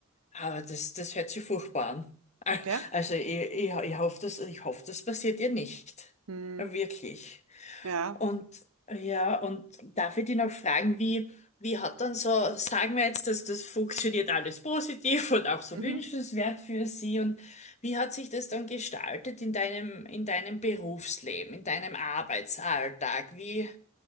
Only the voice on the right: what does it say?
Gell?
Hm,
ja.
Mhm.